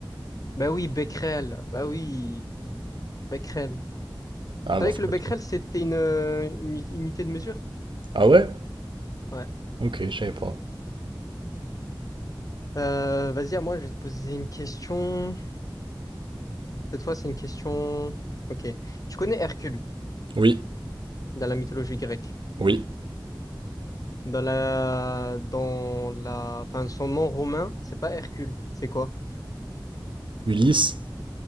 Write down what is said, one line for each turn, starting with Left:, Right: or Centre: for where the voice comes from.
Left: Bah oui, Becquerel. Bah oui, Becquerel.
Right: Ah
Left: Tu
Right: bah,
Left: savais
Right: ça
Left: que le
Right: va.
Left: Becquerel, c'était une, euh, une unité de mesure?
Right: Ah ouais?
Left: Ouais.
Right: Ok, je savais pas.
Left: Euh, vas-y, à moi, je vais te poser une question. Cette fois, c'est une question. Ok. Tu connais Hercule
Right: Oui,
Left: dans la mythologie grecque.
Right: oui.
Left: Dans la, dans la, enfin, son nom romain, c'est pas Hercule. C'est quoi?
Right: Ulysse,